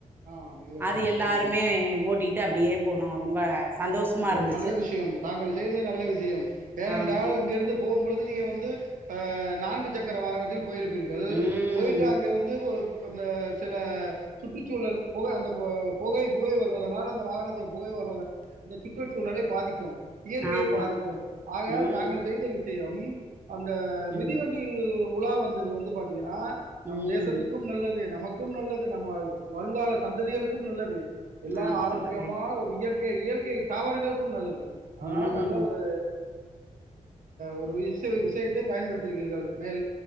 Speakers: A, on the right (about 85°); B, on the right (about 15°).
A: ஆ மிதிவண்டி
B: அது
A: ஓட்டம்
B: எல்லாருமே
A: ம்
B: ஓட்டிட் <unintelligible> அப்படியே போகும் ரொம்ப சந்தோஷமா
A: நல்லது
B: இருந்துச்சு
A: நல்ல விஷயம் தாங்கள் செய்தது நல்ல விஷயம் ஏனென்றால்
B: ஆமா
A: இங்கிருந்து போம் பொழு நீங்க வந்து ஆ நான்கு சக்கர வாகனத்தில் போயிருப் இருகள்
B: ம்
A: போயிட்டு அங்க வந்து அந்த சில சுற்றுச்சூழல் புகை அந்த புகை புகை வருவதனால் அந்த வாகனத்தை புகை வருவ அந்தச் சுற்று சூழலைப் பாதிக்கும் இயற்கையை
B: ஆமா
A: பாதிக்கும் ஆகையால்
B: ம்
A: தாங்கள் செய்த விஷயம் அந்த மிதிவண்டியில்
B: ம்
A: உலா வந்தது வந்து பாார்த்தீங்கன்னா நம்
B: ம்
A: தேசத்துக்கும் நல்லது நமக் க்கும் நல்லது நம்ம வருங்கால சந்ததிகளுக்கும் நல்லது எல்லாம்
B: ஆமா
A: ஆரோக்கியமான
B: தோழரே
A: ஒரு இயற் ஏ இயற்கை தாவரங்களுக்கும் நல்லது அதனால
B: ம்
A: நல்ல ஒரு ஒரு விச விஷயத்தை பயன்படுத்திருக்கிறர்கள் மேல்